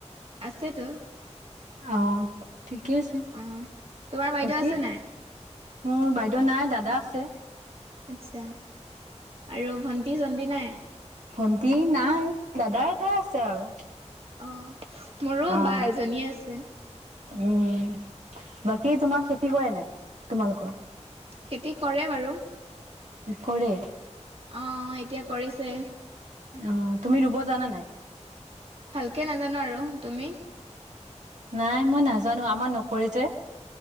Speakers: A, on the right; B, on the right.
A: আছেতো।
B: অ ঠিকেই আছে
A: অ তোমাৰ বাইদেউ
B: বাকী।
A: আছে নাই
B: মোৰ বাইদেউ নাই দাদা আছে।
A: আচ্ছা আৰু ভণ্টি চন্তি নাই।
B: ভণ্টি নাই দাদা এটাই আছে আৰু
A: অ মোৰো
B: অ
A: বা এজনীয়ে আছে।
B: উম বাকী তোমাৰ খেতি কৰে নাই তোমালোকৰ।
A: খেতি কৰে বাৰু
B: কৰে।
A: অ এতিয়া কৰিছে।
B: অ তুমি ৰুব জানা নাই।
A: ভালকে নাজানো আৰু তুমি?
B: নাই মই নাজানো আমাৰ নকৰি যে